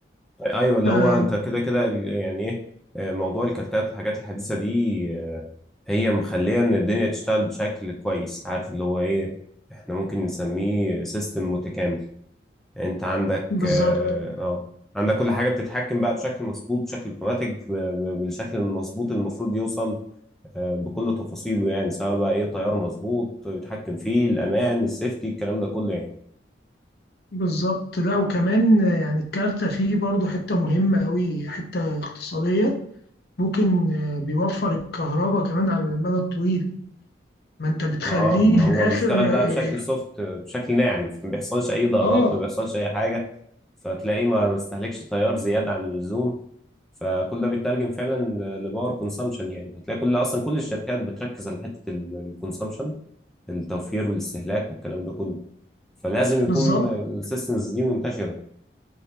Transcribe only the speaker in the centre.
ايوه اللي
هو انت كده كده ال- يعني ايه آه، موضوع الكارتات والحاجات الحديثه دي آه، هي مخليه ان الدنيا تشتغل بشكل كويس عارف اللي هو ايه احنا ممكن نسميه سيستم متكامل انت عندك
اه آه، عندك كل حاجه بتتحكم بقى بشكل مظبوط بشكل اوتوماتيك ب- ب- بالشكل المظبوط اللي المفروض يوصل آه، بكل تفاصيله يعني سواء بقى ايه تيار مظبوط بيتحكم فيه الامان السيفتي الكلام ده كله يعني
اه ما
هو
بيشتغل بقى
بشكل سوفت بشكل ناعم فما بيحصلش اي ضررات
ما بيحصلش اي حاجه فتلاقيه ما ما استهلكش تيار زياده عن اللزوم فكل ده بيترجم فعلا لباور كونسامشن يعني هتلاقي كل اصلا كل الشركات بتركز على حته الكونسامشن التوفير والاستهلاك والكلام ده كله فلازم يكون
السيستمز دي منتشره